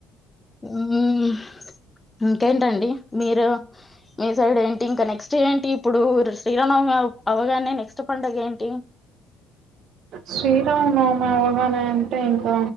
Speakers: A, on the left; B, on the right.
A: ఉహ్మ్ ఇంకేంటండి మీరు మీ సైడ్ ఏంటి ఇంకా నెక్స్ట్ ఏంటి ఇప్పుడు శ్రీరానవమి పావ్ అవగానే నెక్స్ట్ పండగ ఏంటి
B: శ్రీరామనవమి అవగానే అంటే ఇంకా